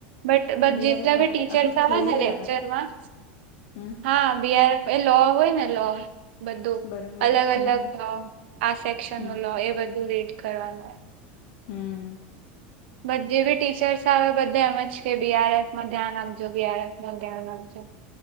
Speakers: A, on the right; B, on the left.
A: બસ
B: બિહારે
A: જેટલા બી ટીચર
B: આખું
A: આવે
B: થિયરી
A: ને લેક્ચરમાં
B: હમ
A: હા બિહાર એ લો હોય ને લો. બધું
B: બરાબર
A: અલગ
B: હમ
A: અલગ
B: હમ
A: લો આ સેક્શનનું
B: હમ
A: લો એ બધું રીડ કરવાનું હોય
B: હમ
A: બધી જે બી ટીચર્સ આવે બધા એમ જ કે બીઆરએફમાં ધ્યાન રાખજો બીઆરએફમાં ધ્યાન રાખજો